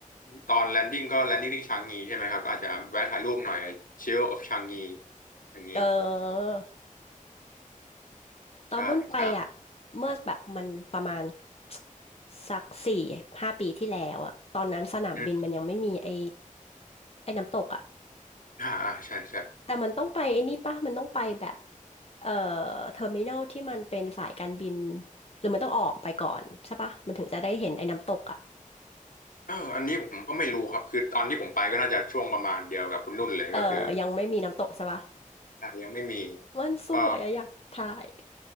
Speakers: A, on the left; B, on the left.
A: ตอนแลนดิ้งก็แลนดิ้งที่ชางงีใช่ไหมครับอาจจะแวะถ่ายรูปหน่อย s h i l d of ชางงีอย่างนี้
B: เออ ตอนนุ่นไปอ่ะ
A: ใช่ครับ
B: เมื่อแบบมันประมาณ <tsk> สักสี่ห้าปีที่แล้วอ่ะตอนนั้นสนามบินมันยังไม่มีไอ้
A: อืม
B: ไอ้น้ำตกอ่ะ
A: อ่าอ่าใช่ใช่
B: แต่มันต้องไปไอ้นี่ป่ะมันต้องไปแบบเอ่อเทอร์มินอลที่มันเป็นสายการบินหรือมันต้องออกไปก่อนใช่ป่ะมันถึงจะได้เห็นไอ้น้ำตกอ่ะ
A: เอออันนี้ผมก็ไม่รู้ครับคือตอนที่ผมไปก็น่าจะช่วงประมาณเดียวกับคุณนุ่นเลยก็คือ
B: เออยังไม่มีน้ำตกใช่ป่ะ
A: <coughs> <laughs> ยังไม่มี
B: มันสวยอะอยากถ่าย
A: ก็
B: <laughs>